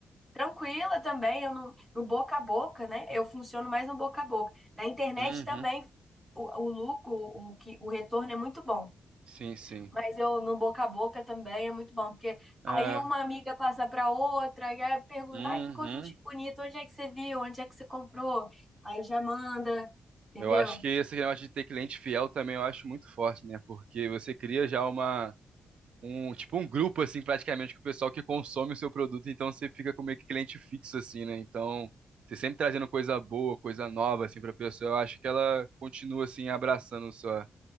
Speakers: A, in the centre; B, on the right.
A: tranquila também, eu não, no boca a boca, né? Eu funciono mais no boca a boca. Na internet
B: uhum.
A: também o, o lucro, o, que, o retorno é muito bom.
B: Sim, sim.
A: Mas eu no boca a boca também é muito bom, porque
B: É,
A: aí uma amiga passa para outra, e aí pergunta,
B: uhum.
A: ah, que conjuntinho bonito, onde é que você viu, onde é que você comprou? Aí já manda, entendeu?
B: Eu acho que esse negócio de ter cliente fiel também eu acho muito forte, né? Porque você cria já uma um tipo um grupo assim praticamente com o pessoal que consome o seu produto, então você fica com meio que cliente fixo assim, né? Então, você sempre trazendo coisa boa, coisa nova assim para pessoa, eu acho que ela continua assim abraçando sua